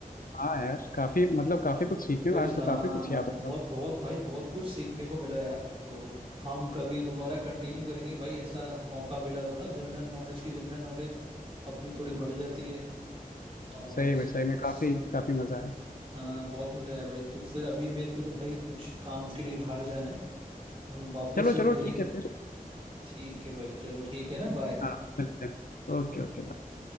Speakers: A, on the left; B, on the right.
A: हाँ यार काफी मतलब काफी कुछ सीखने
B: क्विज
A: में आज
B: हाँ
A: तो काफी कुछ याद
B: बहुत
A: हो गया
B: बहुत भाई बहुत कुछ सीखने को मिला यार तो हम कभी दोबारा कंटिन्यू करेंगे भाई ऐसा मौका मिला तो ना जनरल नॉलेज की जनरल नॉलेज अपनी थोड़ी बढ़ जाती है और
A: सही
B: स-
A: में सही में
B: स-
A: काफी काफी मजा आया
B: हाँ बहुत मजा आया भाई तो फिर अभी मेरे को तो भाई कुछ काम के लिए बाहर जाना है तो हम वापस
A: चलो
B: जब
A: चलो
B: मिलेंगे
A: ठीक है फिर
B: ठीक है भाई चलो ठीक है ना बाय
A: हाँ मिलते हैं Okay okay bye.